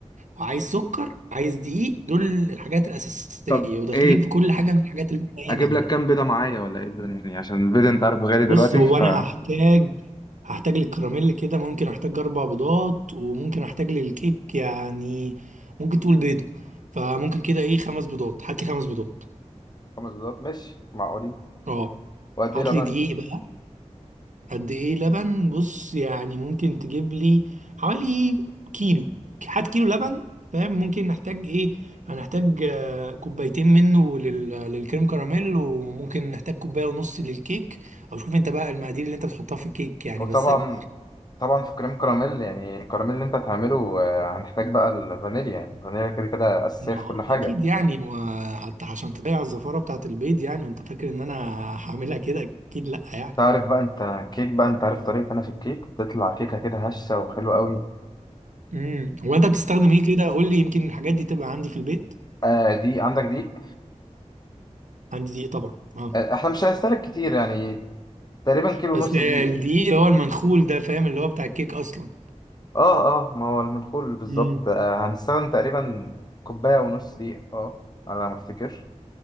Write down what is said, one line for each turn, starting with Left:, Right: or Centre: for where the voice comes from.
Right: وعايز سكر عايز دقيق دول الحاجات الاساسيه
Left: طب
Right: وداخلين
Left: ايه
Right: في كل حاجه من الحاجات اللي احنا إيه
Left: اجيب
Right: هنعملها
Left: لك كام بيضه معايا ولا ايه الدنيا يعني عشان البيضه انت عارف غالي دلوقتي
Right: بص هو
Left: ف
Right: انا هحتاج هحتاج للكراميل كده ممكن احتاج اربع بيضات وممكن احتاج للكيك يعني ممكن تقول بيضه فممكن كده ايه خمس بيضات هات لي خمس بيضات
Left: خمس بيضات ماشي معقولين
Right: اه
Left: وقد
Right: هات
Left: ايه لبن
Right: لي دقيق بقى قد ايه لبن بص يعني ممكن تجيب لي حوالي كيلو هات كيلو لبن فاهم ممكن نحتاج ايه هنحتاج آه، كوبايتين منه لل... للكريم كراميل وممكن نحتاج كوبايه ونص للكيك او شوف انت بقى المقادير اللي انت بتحطها في الكيك يعني
Left: وطبعا
Right: بس آه،
Left: طبعا في كريم كراميل يعني الكراميل اللي انت هتعمله آه، هنحتاج بقى الفانيليا يعني الفانيليا كده كده اساسيه
Right: ما
Left: في
Right: هو
Left: كل حاجه
Right: اكيد يعني ما- حتى عشان تضيع الزفاره بتاعت البيض يعني وانت فاكر ان انا هعملها كده اكيد لا يعني
Left: تعرف بقى انت كيك بقى انت عارف طريقة انا في الكيك بتطلع كيكة كده هشة وحلوة قوي
Right: امم وانت بتستخدم ايه كده قول لي يمكن الحاجات دي تبقى عندي في البيت
Left: آه دي عندك دي
Right: عندي دقيق طبعا اه
Left: آه احنا مش هنستهلك كتير يعني تقريبا كيلو
Right: بس
Left: ونص
Right: الدقيق
Left: دي
Right: اللي هو المنخول ده فاهم اللي هو بتاع الكيك اصلا
Left: اه اه ما هو المنخول بالظبط
Right: امم
Left: آه هنستخدم تقريبا كوباية ونص دي اه على ما افتكر